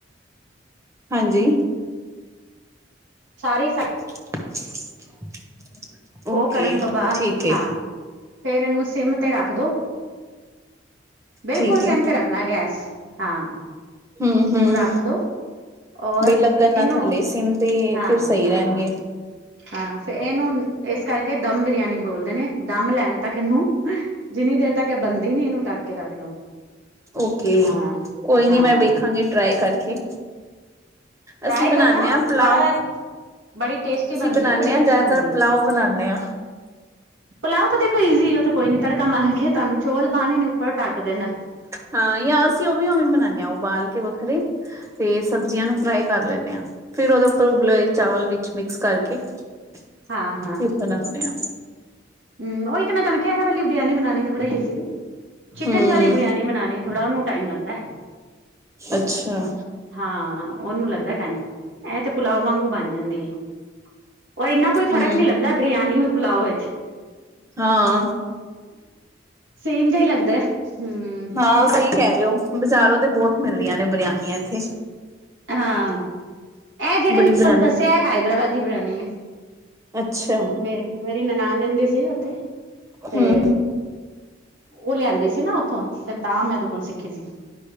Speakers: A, on the right; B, on the right.
A: ਹਾਂਜੀ।
B: ਸਾਰੀ
A: <unintelligible>
B: ਉਹ ਕਰਨ ਤੋਂ ਬਾਅਦ,
A: ਠੀਕ ਏ
B: ਹਾਂ। ਫੇਰ ਇਹਨੂੰ ਸਿਮ ਤੇ ਰੱਖ ਦੋ, ਬਿਲਕੁਲ
A: ਠੀਕ
B: ਸਿਮ
A: ਏ
B: ਤੇ ਰੱਖਣਾ ਗੈਸ। ਹਾਂ,
A: ਹੂੰ ਹੂੰ
B: ਇਹਨੂੰ ਰੱਖ ਦੋ, ਔਰ
A: ਬਈ ਲੱਗਣ ਨਾ
B: ਇਹਨੂੰ
A: ਥੱਲੇ ਸਿਮ ਤੇ
B: ਹਾਂ-
A: ਫਿਰ ਸਹੀ
B: ਹਾਂ।
A: ਰਹਿਣਗੇ
B: ਹਾਂ ਫ ਇਹਨੂੰ ਇਸ ਕਰਕੇ ਦਮ ਬਿਰਿਆਨੀ ਬੋਲਦੇ ਨੇ, ਦਮ ਲੈਣ ਤੱਕ ਇਹਨੂੰ ਜਿੰਨੀ ਦੇਰ ਤੱਕ ਇਹ ਬਣਦੀ ਨੀ, ਇਹਨੂੰ ਢੱਕ ਕੇ ਰੱਖ ਲੋ।
A: ਓਕੇ,
B: ਹਾਂ
A: ਕੋਈ ਨੀ
B: ਹਾਂ
A: ਮੈਂ ਵੇਖਾਂਗੀ ਟਰਾਈ ਕਰਕੇ।
B: ਟਰਾਈ
A: ਅਸੀਂ ਬਣਾਦੇ
B: ਕਰਨਾ
A: ਹਾਂ ਪਲਾਓ।
B: ਬੜਾ ਬੜੀ ਟੇਸਟੀ
A: ਅਸੀਂ
B: ਬਣਦੀ
A: ਬਣਾਦੇ
B: ਹੈ ਬੜੀ
A: ਹਾਂ
B: ਅੱਛੀ
A: ਜ਼ਿਆਦਾਤਰ
B: ਬਣਦੀ
A: ਪੁਲਾਓ
B: ਹੈ
A: ਬਣਾਉਦੇ ਹਾਂ।
B: ਪੁਲਾਓ ਤਾਂ ਦੇਖੋ ਈਜ਼ੀ ਆ, ਉਹ ਤਾਂ ਕੋਈ ਨੀ ਤੜਕਾ ਮਾਰ ਕੇ ਤੁਹਾਨੂੰ ਚੋਲ ਪਾਣੇ ਨੇ, ਉੱਪਰ ਟਢੱਕ ਦੇ ਨੇ।
A: ਹਾਂ ਯ ਅਸੀਂ ਉਹ ਵੀ ਉਵੇਂ ਬਨਾਉਦੇ ਹਾਂ ਉਬਾਲ ਕੇ ਵੱਖਰੇ, ਤੇ ਸਬਜ਼ੀਆਂ ਨੂੰ ਫਰਾਈ ਕਰ ਲੈਂਦੇ ਹਾਂ। ਫੇਰ ਉਹਦੇ ਉੱਪਰ ਉਬਲੇ ਹੋਏ ਚਾਵਲ ਵਿੱਚ ਮਿਕਸ ਕਰਕੇ, ਫੇਰ
B: ਹਾਂ
A: ਬਣਾਣੇ ਆ।
B: ਹੂ, ਉਹੀ ਤਾਂ ਮੈਂ ਤੁਹਾਨੂੰ ਕਿਹਾ ਐ ਵਾਲੀ ਬਰਿਆਨੀ ਬਣਾਉਣੀ ਤਾ ਬੜੀ ਈਜ਼ੀ ਏ। ਚਿਕਨ
A: ਹੂੰ
B: ਵਾਲੀ ਬਰਿਆਨੀ ਬਣਾਣੀ ਥੋੜਾ, ਉਹਨੂੰ ਟਾਈਮ ਲੱਗਦਾ।
A: ਅੱਛਾ।
B: ਹਾਂ ਉਹਨੂੰ ਲੱਗਦਾ ਟਾਈਮ, ਇਹ ਤੇ ਪੁਲਾਵ ਵਾਂਗੂ ਬਣ ਜਾਂਦੇ ਹੈ। ਔਰ ਇੰਨਾ ਕੋਈ
A: ਹੂੰ
B: ਫਰਕ ਨੀ ਲੱਗਦਾ, ਬਿਰਿਆਨੀ ਹੋਰ ਪੁਲਾਓ ਵਿੱਚ।
A: ਹਾਂ।
B: ਸੇਮ ਜਿਹਾ ਹੀ, ਲੱਗਦਾ ਆ ਹੂੰ।
A: ਹਾਂ, ਸਹੀ ਕਹਿ ਰਹੇ ਹੋ। ਬਾਜ਼ਾਰੋਂ ਤੇ ਬਹੁਤ ਮਿਲਦੀਆਂ ਨੇ, ਬਰਿਆਨੀਆਂ ਇੱਥੇ।
B: ਹਾਂ, ਇਹ ਜਿਹੜੇ
A: ਬੜੀ
B: ਮ ਤੁਹਾਨੂੰ
A: ਬਰਿਆਨੀ
B: ਦੱਸਿਆ, ਹੈਦਰਾਬਾਦ ਦੀ ਬਿਰਯਾਨੀ ਹੈ।
A: ਅੱਛਾ।
B: ਮੇਰੇ ਮੇਰੀ ਨਨਾਨ ਰਹਿੰਦੀ ਸੀ ਉੱਥੇ। ਤੇ
A: ਹੂੰ
B: ਉਹ ਲਿਆਂਦੇ ਸੀ ਨਾ ਉੱਥੋਂ ਤੇ, ਤਾਂ ਮੈਂ ਕੋਲ ਸਿੱਖੀ ਸੀ